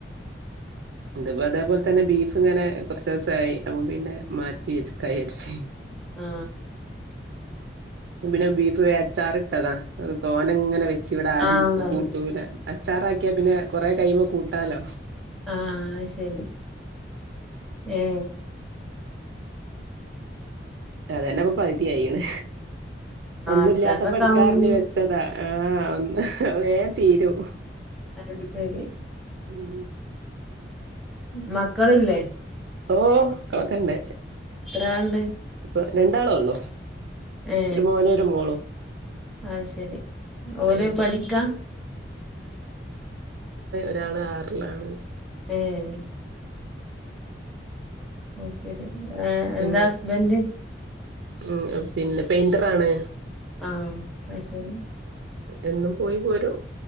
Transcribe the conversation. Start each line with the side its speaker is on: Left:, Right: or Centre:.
Right: <unintelligible> തന്നെ ബീഫ് ഇങ്ങനെ കുറച്ചേ സായി അപ്പ പിന്നെ മാറ്റി <unintelligible>
Centre: ആ
Right: പിന്നെ ബീഫ് അച്ചാറിട്ടതാ തോന ഇങ്ങനെ വെച്ച് ഇവിടെ ആരും
Centre: ആഹ് ആഹ്
Right: കൂട്ടൂല അച്ചാറാക്കിയാ പിന്നെ കൊറെ കഴിയുമ്പോ കു <unintelligible>
Centre: ആ അതെശരി ഏ
Right: അതന്നെപ്പൊ പകുതിയായിണ് ഒന്നുല്ല്യാത്തപ്പോയെടുക്കാറിനി
Centre: അച്ചാറൊക്കെ ആവും
Right: വെച്ചതാ ആഹ് ഒന്ന് വേൻ തീരും
Centre: അത് ശരി
Right: ഉം
Centre: <unintelligible> മക്കളില്ലേ
Right: ഓ മക്കളൊക്കെ ഇണ്ട്
Centre: എത്ര ആളുണ്ട്
Right: ഇപ്പൊ രണ്ടാളെ ഒള്ളു
Centre: ഏ
Right: ഒരു മോനും ഒരു മോളും
Centre: അയ്യ് ശരി ഓല്
Right: ഉം
Centre: പഠിക്കാ
Right: ഒരാൾ ആറിലാണ്
Centre: ഏയ് ഓ ശരി ഏ
Right: ഞങ്ങൾ
Centre: എന്താ ഹുസ്ബൻഡ്
Right: ഉം പിന്നെ പെയിന്ററാണ്
Centre: ആ അയ്ശരി
Right: എന്നും പോയി പോരും